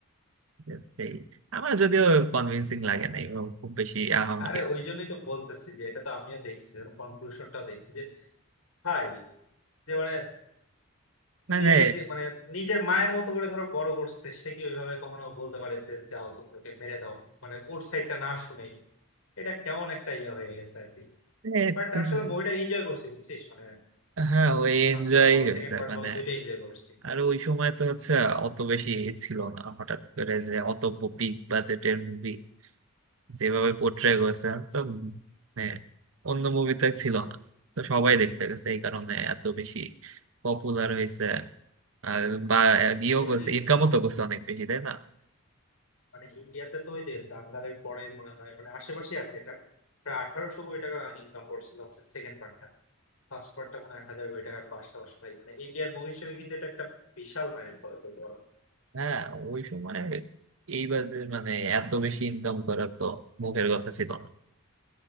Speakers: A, on the right; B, on the left.
A: যে সেই আমার যদিও কনভিন্সিং লাগে নাই ও খুব বেশি আহামরি
B: আরে ওই জন্যই তো বলতেছি যে এটা তো আমিও দেখছি কনক্লুশনটাও দেখছি যে ভাই যে মানে
A: মানে
B: নিজেকে মানে নিজের মায়ের মতো করে ধরো বড় করছে সে কি ওইভাবে কখনো বলতে পারে যে যাও তোমাকে মেরে দাও মানে ওর সাইডটা না শুনেই এটা কেমন একটা ইয়ে হয়ে গেছে আর কি
A: এ,
B: বাট
A: খুব-
B: আসলে মুভিটা এনজয় করছি বুঝছিস মানে
A: হ্যাঁ ওই
B: ফার্স্ট
A: এনজয়
B: পার্ট বলো
A: হয়েছে
B: সেকেন্ড পার্ট
A: মানে
B: বলো দুইটাই এনজয় করছি
A: আর ওই সময় তো হচ্ছে অত বেশি ছিল না হঠাৎ করে যে অত বিগ বাজেটের মুভি যেভাবে পোর্ট্রে করেছে তো মানে অন্য মুভিতে ছিল না তো সবাই দেখতে গেছে এই কারণে এত বেশি পপুলার হয়েছে আর বা ইয়েও
B: Actually,
A: করছে ইনকামও তো করছে অনেক বেশি তাই না
B: মানে ইন্ডিয়াতে তো ওই যে দাঙ্গালের পরে মনে হয় মানে আশেপাশে আছে এটা প্রায় আঠারোশো কোটি টাকা ইনকাম করছিল হচ্ছে সেকেন্ড পার্টটা ফার্স্ট পার্টটা মনে হয় হাজার কোটি টাকার পাশাপাশি ভাই মানে ইন্ডিয়ার মুভি হিসেবে কিন্তু এটা একটা বিশাল মাইল ফলক হতে পারো
A: হ্যাঁ ওই সময় এইবার যে মানে এত বেশি ইনকাম করা তো মুখের কথা ছিল না